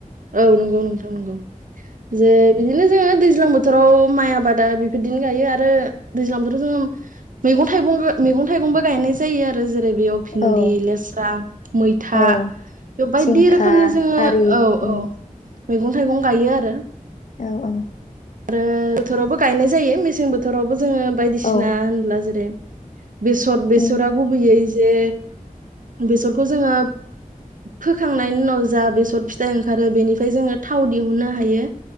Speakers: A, on the right; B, on the left.
A: औ नंगौ नोंथां नंगौ जे बिदि बिदिनो जोङो दैज्लां बोथोराव माइ आबादा बेफोरदिनो गायो आरो दैज्लां बोथोराव जोङो मैगं थाइगं मैगं थाइगंबो गायनाय जायो आरो जेरै बेयाव भिन्दि
B: औ
A: लेस्रा मैथा
B: औ
A: बेयाव बायदि
B: जिंखा
A: रोखोमनि जोङो
B: आरि
A: औ अ
B: उम
A: मैगं थाइगं गायो आरो
B: औ औ
A: आरो बोथोरावबो गायनाय जायो मेसें बोथोरावबो जोङो बायदिसिना
B: औ
A: होनब्ला जेरै बेसर बेसरा
B: ओं
A: गुबैयै जे बेसरखौ जोङो फोखांनायनि उनाव जा बेसर फिथाइ ओंखारो बेनिफ्राय जोङो थाव दिहुननो हायो।